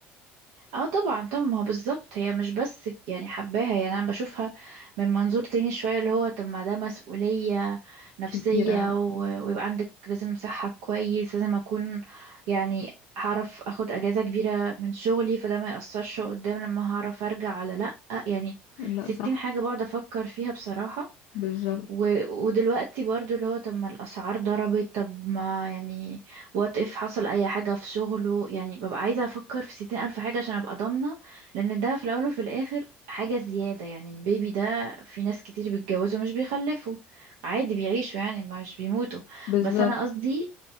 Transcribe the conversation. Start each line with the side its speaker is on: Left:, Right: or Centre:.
Right: اه طبعا طبعا ما هو بالظبط هي مش بس يعني حباها يعني انا بشوفها من منظور تاني شوية اللي هو طب ما ده مسؤولية نفسية
Left: كبيرة
Right: و- ويبقى عندك لازم صحة كويس لازم اكون يعني هعرف اخد اجازة كبيرة من شغلي فده ما يأثرش قدام لما هعرف ارجع ولا لأ يعني
Left: لا
Right: ستين
Left: صح
Right: حاجة بقعد افكر فيها بصراحة
Left: بالظبط
Right: و... ودلوقتي برضو اللي هو طب ما الأسعار ضربت طب ما يعني وات اف حصل أي حاجة في شغله يعني ببقى عايزة أفكر في ستين ألف حاجة عشان أبقى ضامنة لأن ده في الأول وفي الآخر حاجة زيادة يعني البيبي ده في ناس كتير بيتجوزوا مش بيخلفوا عادي بيعيشوا يعني مش بيموتوا
Left: بالظبط
Right: بس أنا قصدي